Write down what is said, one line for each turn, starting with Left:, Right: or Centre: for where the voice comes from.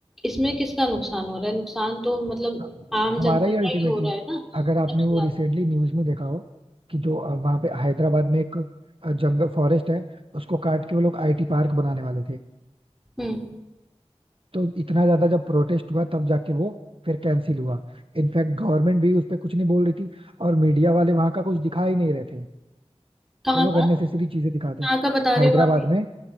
Centre: इसमें किसका नुकसान हो रहा है नुकसान तो मतलब
Right: हाँ,
Centre: आम
Right: हमारा
Centre: जनता
Right: ही
Centre: का
Right: अल्टीमेटली
Centre: ही हो रहा है ना सबसे
Right: अगर आपने वो
Centre: ज्यादा
Right: रिसेंटली न्यूज में देखा हो कि जो अ, वहाँ पे हैदराबाद में एक अ, जंगल फॉरेस्ट है उसको काट के वो लोग आईटी पार्क बनाने वाले थे
Centre: हम्म
Right: तो इतना ज्यादा जब प्रोटेस्ट हुआ तब जाके वो फिर कैंसिल हुआ इनफैक्ट गवर्नमेंट भी उस पर कुछ नहीं बोल रही थी और मीडिया वाले वहां का कुछ दिखा ही नहीं रहे थे
Centre: कहाँ
Right: वो लोग
Centre: का
Right: अननेसेसरी चीजें दिखाते
Centre: कहाँ
Right: हैं
Centre: का बता रहे
Right: हैदराबाद
Centre: हो आप
Right: में